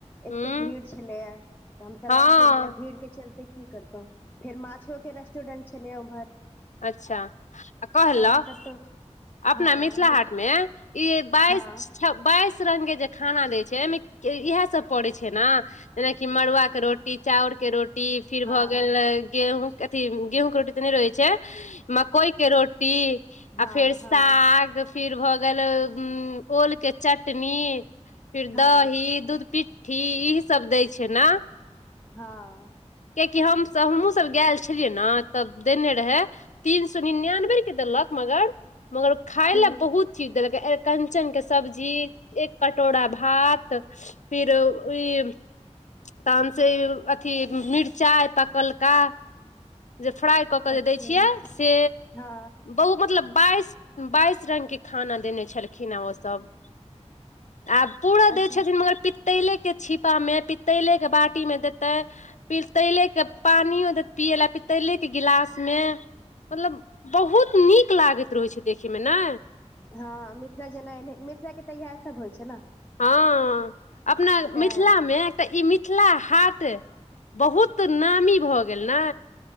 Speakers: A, on the left; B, on the left.
A: एते
B: हूँ
A: भीड़ छलैया त हमसभ
B: हँ
A: आबि गेलियै भीड़ के चलते की करितौँ फेर माछो के रेस्टोरेंट छलै ओम्हर
B: अच्छा आ कहलौँ
A: हमसभ तऽ
B: अपना
A: हँ
B: मिथिला
A: लेकिन
B: हाट में ई बाइस
A: हँ
B: बाइस रंग के जे खाना देय छै मे इएह सब पड़े छै ने जेनाकि मड़ुआ के रोटी चाउर के रोटी जी फिर
A: हँ
B: भ गेल गेहूँं अथी गेहूँ के रोटी त न रहै छै मकई के रोटी आ
A: हँ
B: फेर साग
A: हँ
B: फिर भए गेल ओल के चटनी फिर
A: हँ
B: दही दूध पिट घी ई सब दै छै ने
A: हँ
B: कियाकि हमसभ हमहूँ सभग गेल छलियै ने तब देने रहै तीन सौ निनानबे रुपये देलक मगर मगर खाय
A: हूँ
B: ले बहुत चीट देलक अरिकंचन के सब्जी एक कटोरा भात फिर ई तहन से अथी मिरचाइ पकलका जे फ्राई कऽ के
A: अच्छा
B: जे दै छियै से
A: हँ
B: ओ मतलब बाइस बाइस रंगके खाना देने छलखिन हेँ ओसभ आ पूरा
A: अच्छा
B: दै छथिन मगर पित तैले के छीपा मे पितैले के बाटी में देते पीतैले के पानि पियला पीतेले के गिलास मे मतलब बहुत नीक लागैत रहै छै देखे मे ने
A: हँ मिथिला जेना एने मिथिला के त इएह सब होइ छै ने
B: हँ अपना
A: तैं
B: मिथिला मे एकटा ई मिथिला हाट बहुत त नामी भ गेल ने